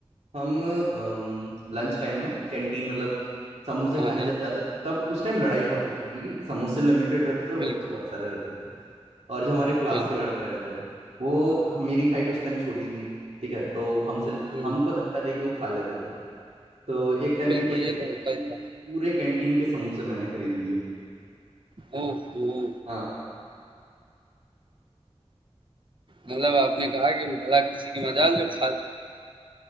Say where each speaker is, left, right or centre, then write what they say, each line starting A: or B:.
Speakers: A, on the right; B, on the right.
A: हम लंच टाइम में कैंटीन मतलब समोसे खाने
B: हाँ हाँ
A: जब जाते थे तब उस टाइम लड़ाई बहुत होती थी क्योंकि समोसे लिमिटेड रहते थे और बच्चे
B: बिल्कुल
A: बहुत सारे रहते थे और जो हमारे क्लास
B: बिल्कुल
A: के लड़के
B: बिल्कुल
A: रहते थे वो मेरी हाइट उस टाइम छोटी थी ठीक है तो हमसे
B: हम्म
A: हमको धक्का दे के वो खा लेते थे तो एक टाइम
B: बिल्कुल,
A: पे क्या किया
B: ये तो होता
A: कि
B: ही था।
A: पूरे कैंटीन के समोसे मैंने खरीद लिए
B: ओहो!
A: हाँ
B: मतलब आपने कहा कि भला किसी की मजाल जो खा ले।